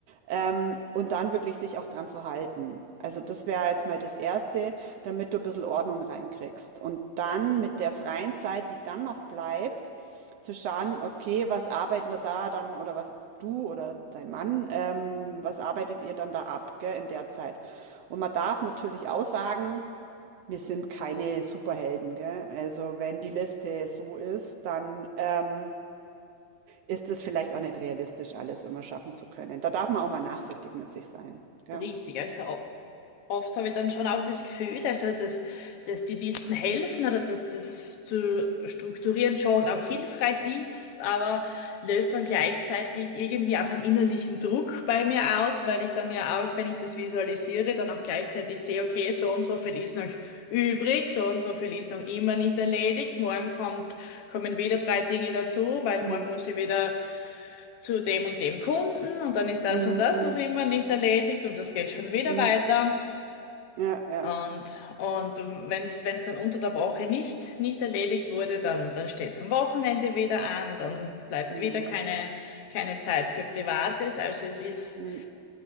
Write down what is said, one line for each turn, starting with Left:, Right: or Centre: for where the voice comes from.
Right: Ähm, und dann wirklich sich auch dran zu halten. Also das wäre jetzt mal das Erste, damit du ein bisschen Ordnung reinkriegst. Und dann mit der freien Zeit, die dann noch bleibt, zu schauen, okay, was arbeiten wir da dann oder was du oder dein Mann, ähm, was arbeitet ihr dann da ab, gell, in der Zeit. Und man darf natürlich auch sagen, wir sind keine Superhelden, gell. Also wenn die Liste so ist, dann ähm, ist es vielleicht auch nicht realistisch, alles immer schaffen zu können. Da darf man auch mal nachsichtig mit sich sein. Gell?
Left: Richtig. Also Oft habe ich dann schon auch das Gefühl, also dass, dass die Listen helfen oder dass das zu strukturieren schon auch hilfreich ist, aber löst dann gleichzeitig irgendwie auch einen innerlichen Druck bei mir aus, weil ich dann ja auch, wenn ich das visualisiere, dann auch gleichzeitig sehe, okay, so und so viel ist noch übrig, so und so viel ist noch immer nicht erledigt, morgen kommt, kommen wieder drei Dinge dazu, weil
Right: Mm,
Left: morgen muss ich wieder zu dem und dem Kunden und dann ist das
Right: mm,
Left: und das
Right: mm,
Left: noch immer nicht erledigt und das geht schon wieder
Right: mm.
Left: weiter.
Right: Ja, ja,
Left: Und, und wenn es wenn es dann unter der Woche nicht, nicht erledigt wurde, dann, dann steht es am Wochenende wieder an, dann bleibt
Right: ja.
Left: wieder keine, keine Zeit für Privates. Also es ist,
Right: Mm,